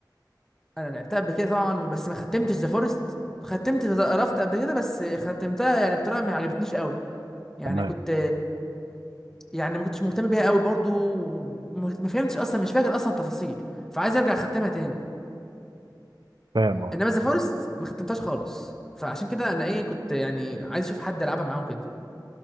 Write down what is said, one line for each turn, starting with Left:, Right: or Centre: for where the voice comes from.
Centre: انا لعبتها قبل كده طبعا بس ما ختمتش ذا فورست ختمت ذا رافت قبل كده بس ختمتها يعني بطريقه ما عجبتنيش قوي يعني
Right: تمام
Centre: كنت يعني ما كنتش مهتم بيها قوي برضو وما- ما فهمتش اصلا مش فاكر اصلا التفاصيل فعايز ارجع اختمها تاني
Right: فاهم اه
Centre: انما ذا فورست ما ختمتهاش خالص فعشان كده انا ايه كنت يعني عايز اشوف حد العبها معاه كده